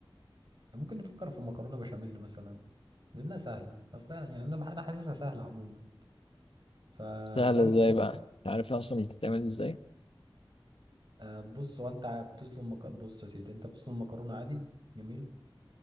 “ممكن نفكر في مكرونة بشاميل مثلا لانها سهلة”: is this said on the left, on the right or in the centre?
Right